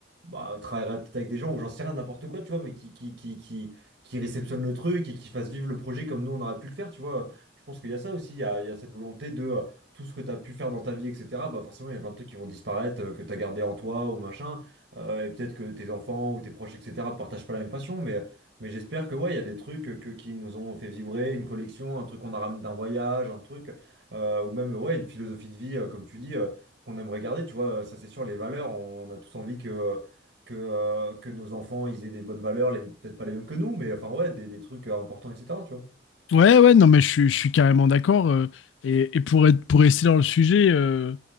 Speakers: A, on the right (about 65°); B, on the left (about 85°).
A: Bah, travaillerait peut-être avec des gens ou j'en sais rien, n'importe quoi, tu vois, mais qui, qui, qui, qui, qui réceptionne le truc et qui fasse vivre le projet comme nous on aurait pu le faire, tu vois. Je pense qu'il y a ça aussi, il y a, il y a cette volonté de euh, tout ce que tu as pu faire dans ta vie, etc., bah forcément, il y a plein de trucs qui vont disparaître, euh, que tu as gardé en toi ou machin. Euh, et peut-être que tes enfants ou tes proches, etc., partagent pas la même passion. Mais, mais j'espère que, ouais, il y a des trucs euh, que, qui nous ont fait vibrer, une collection, un truc qu'on a ramené d'un voyage, un truc, euh, ou même, ouais, une philosophie de vie, euh, comme tu dis, euh, qu'on aimerait garder. Tu vois, euh, ça, c'est sûr, les valeurs, on a tous envie que. Que, euh, que nos enfants ils aient des bonnes valeurs, les- peut-être pas les mêmes que nous, mais enfin ouais, des, des trucs euh, importants, etc. Tu vois.
B: Ouais, ouais, non, mais je, suis je suis carrément d'accord. euh, et, et pour être, pour rester dans le sujet, euh,